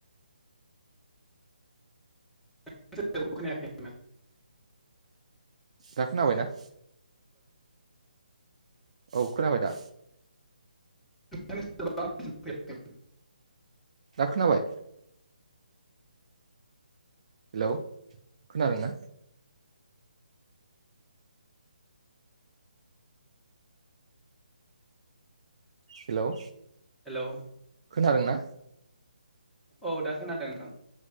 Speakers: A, in the centre; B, on the right.
A: <unintelligible>
B: दा खोनाबायना? औ खोनाबाय दा।
A: <unintelligible>
B: दा खोनाबाय। हेलौ खोनादोंना? हेलौ
A: हेलौ
B: खोनादोंना
A: औ दा खोनादों नोंथां।